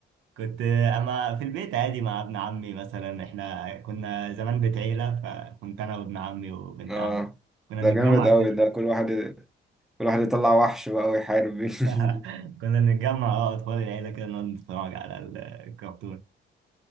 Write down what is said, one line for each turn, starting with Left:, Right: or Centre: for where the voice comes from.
Right: كنت اما في البيت عادي مع ابن عمي مثلا احنا كنا زمان بيت عيلة فكنت انا وابن عمي وبنت
Centre: آه
Right: عمي كنا
Centre: ده
Right: نتجمع
Centre: جامد أوي
Right: كده
Centre: ده كل واحد كل واحد يطلع وحش بقى ويحارب بيه <laughs>
Right: <laughs> كنا نتجمع اه اطفال العيلة كده نقعد نتفرج على ال- الكرتون